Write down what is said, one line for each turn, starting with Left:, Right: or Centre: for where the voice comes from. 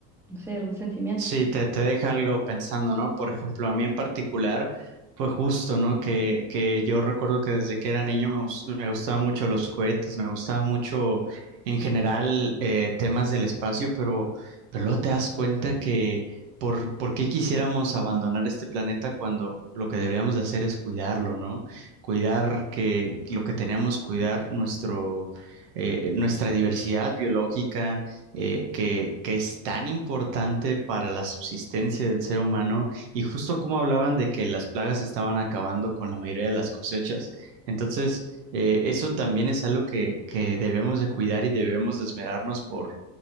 Centre: no sé, algún sentimiento.
Right: Sí, te, te deja algo pensando, ¿no? Por ejemplo, a mí en particular fue justo, ¿no? Que, que yo recuerdo que desde que era niño me, gus- me gustaban mucho los cohetes, me gustaba mucho en general eh, temas del espacio, pero, pero luego te das cuenta que por, por qué quisiéramos abandonar este planeta cuando lo que deberíamos de hacer es cuidarlo, ¿no? Cuidar que lo que tenemos, cuidar nuestro, eh, nuestra diversidad biológica eh, que, que es tan importante para la subsistencia del ser humano y justo como hablaban de que las plagas estaban acabando con la mayoría de las cosechas. Entonces, eh, eso también es algo que, que debemos de cuidar y debemos de esmerarnos por,